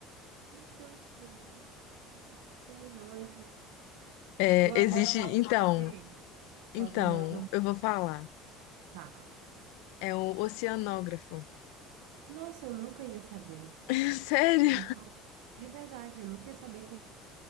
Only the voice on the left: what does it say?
é,
existe,
então,
Então,
eu vou falar.
É um oceanógrafo.
<laughs> Sério?